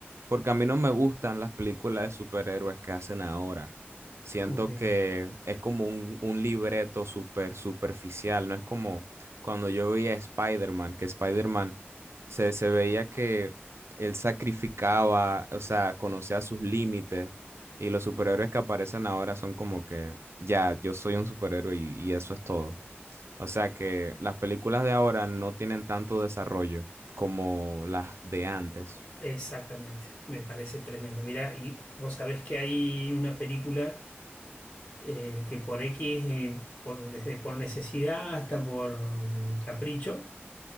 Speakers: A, on the right; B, on the left.
A: porque a mí no me gustan las películas de superhéroes que hacen ahora. Siento
B: Ujú.
A: que es como un, un libreto súper superficial. No es como cuando yo veía a Spider-Man, que Spider-Man se, se veía que él sacrificaba, o sea, conocía sus límites. Y los superhéroes que aparecen ahora son como que ya, yo soy un superhéroe y y eso es todo. O sea que las películas de ahora no tienen tanto desarrollo como las de antes.
B: Exactamente, me parece tremendo. Mira, y vos sabés que hay una película eh, que por X, eh, por, desde por necesidad hasta por capricho,